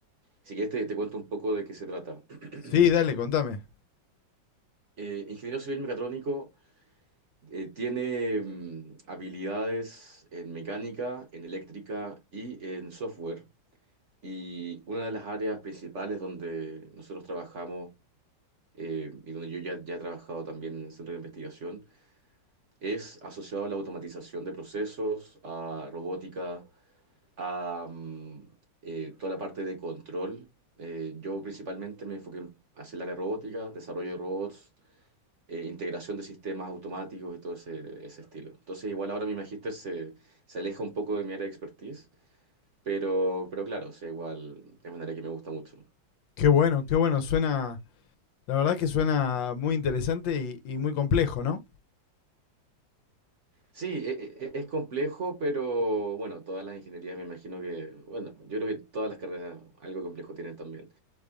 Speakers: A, on the right; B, on the left.
A: si quieres te, te cuento un poco de qué se trata. <clears throat>
B: Sí, dale, contame.
A: Eh, ingeniero civil mecatrónico eh, tiene mm, habilidades en mecánica, en eléctrica y en software. Y una de las áreas principales donde nosotros trabajamos eh, y donde yo ya, ya he trabajado también en el centro de investigación es asociado a la automatización de procesos, a robótica, a mm, eh, toda la parte de control. Eh, yo principalmente me enfoqué en- hacer el área robótica, desarrollo de robots, eh, integración de sistemas automáticos y todo ese, ese estilo. Entonces igual ahora mi magíster se, se aleja un poco de mi área de expertise, pero, pero claro, o sea, igual es un área que me gusta mucho.
B: Qué bueno, qué bueno. Suena, la verdad que suena muy interesante y, y muy complejo, ¿no?
A: Sí, e- e- e- es, complejo, pero bueno, todas las ingenierías me imagino que, bueno, yo creo que todas las carreras algo complejo tienen también.